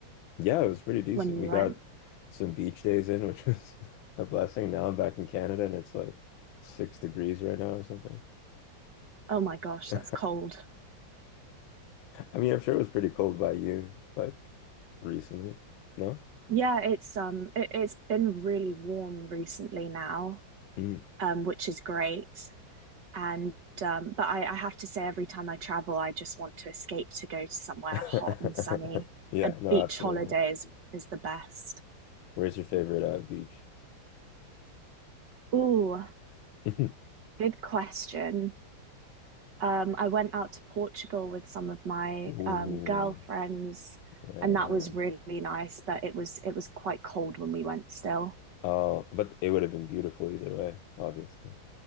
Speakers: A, on the left (about 85°); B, on the right (about 60°).
A: Yeah, it was pretty decent.
B: when
A: We
B: you
A: got
B: went.
A: some beach days in, which was <laughs> a blessing. Now I'm back in Canada and it's like six degrees right now or something.
B: Oh my gosh,
A: <laughs> I
B: that's cold.
A: mean, I'm sure it was pretty cold by you, like recently. No?
B: Yeah, it's um it, it's been really warm recently now,
A: Mm.
B: um, which is great. And um, but I, I have to say every time I travel, I just want to escape to go to somewhere
A: <laughs>
B: hot and sunny.
A: Yeah,
B: A
A: no,
B: beach
A: absolutely.
B: holiday is, is the best.
A: Where's your favorite uh, beach?
B: Ooh,
A: <laughs>
B: good question. um, I went out to Portugal with some of my
A: Ooh.
B: um, girlfriends,
A: Yeah.
B: and that was really nice. But it was it was quite cold when we went still.
A: Oh, but it would have been beautiful either way, obviously.